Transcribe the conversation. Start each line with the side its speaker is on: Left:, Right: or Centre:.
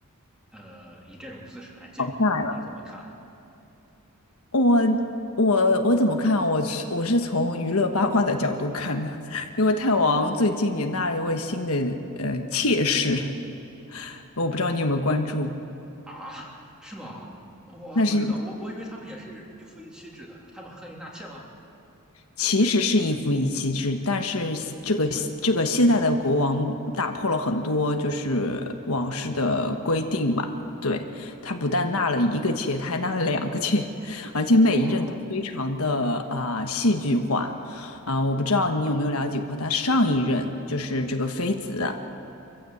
Centre: 呃，以这种姿势来见我，
Left: 熬下来了。
Centre: 你怎么看
Left: 我我我怎么看？我是我是从娱乐八卦的角度看的，<laughs> 因为泰王最近也纳了一位新的呃妾室，<laughs> 我不知道你有没有关注。
Centre: 啊？是吗？我还不知道，
Left: 那是一个
Centre: 我我以为他们也是一夫一妻制的，他们还可以纳妾吗？
Left: 其实是一夫一妻制，但是这个这个现在的国王打破了很多就是王室的规定吧。对，他不但纳了一个妾，他还纳了两个妾，而且每一任都非常的啊、
Centre: 哇
Left: 戏剧化啊、我不知道你有没有了解过他上一任就是这个妃子。